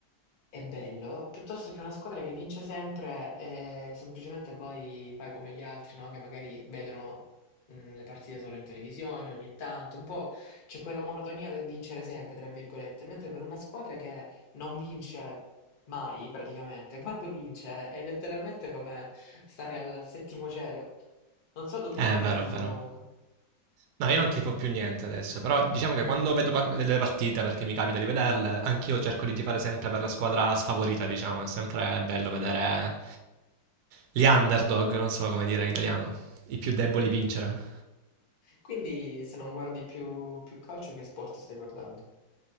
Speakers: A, on the left; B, on the right.
A: è bello, piuttosto che una squadra che vince sempre e semplicemente poi fai come gli altri, no? Che magari vedono mh, le partite solo in televisione ogni tanto, un po' c'è quella monotonia del vincere sempre, tra virgolette, mentre per una squadra che non vince mai praticamente. Quando vince è letteralmente come stare al, al settimo cielo. Non so tu che
B: Eh,
A: squadra
B: è vero,
A: tifi
B: è vero.
A: comunque.
B: No, io non tifo più niente adesso, però diciamo che quando vedo par- delle partite, perché mi capita di vederle, anch'io cerco di tifare sempre per la squadra sfavorita, diciamo, è sempre bello vedere gli underdog, non so come dire in italiano, i più deboli
A: Sì.
B: vincere.
A: Quindi se non guardi più, più calcio, che sport stai guardando?